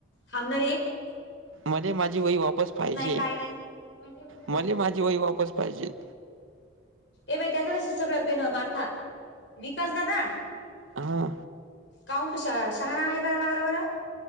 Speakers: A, on the left (about 60°); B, on the right (about 80°).
A: थांबनारे <unintelligible>
B: मले माझी वय वापस पाहिजे.
A: काय नाही. हो
B: मले माझी वय वापस पाहिजेल
A: ए बाई त्याचाच सगळं पेन मारता विकास दादा
B: हा
A: काऊन तू श शहाणावाणी करायला. लागला बरं